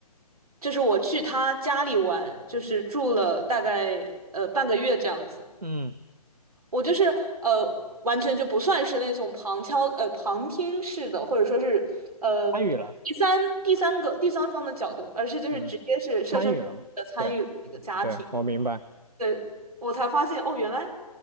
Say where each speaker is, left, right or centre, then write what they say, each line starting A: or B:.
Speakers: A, on the right (about 70°); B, on the right (about 85°).
A: 就是我去他家里玩，就是住了大概呃半个月这样子。
B: 嗯，
A: 我就是呃，完全就不算是那种旁敲呃旁听式的，或者说是呃
B: 参与了，
A: 第三第三个第三方的角度，而是就是直接是设身处地的参与你的家庭。
B: 嗯参与了嘛？对对，我明白
A: 对，我才发现哦，原来